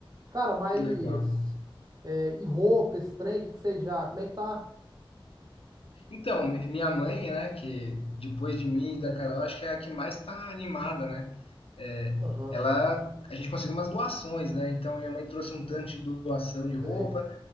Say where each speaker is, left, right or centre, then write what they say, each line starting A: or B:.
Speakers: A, on the right (about 40°); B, on the left (about 85°).
A: Cara, mas.
B: Que legal.
A: É, e roupa, esse trem, o que que vocês já. Como é que tá?
B: Então, mi- minha mãe, né, que depois de mim e da Carol, acho que é a que mais tá animada, né? é,
A: Aham,
B: ela a gente conseguiu umas doações, né? Então minha mãe trouxe um tanto de doação de roupa.
A: sei.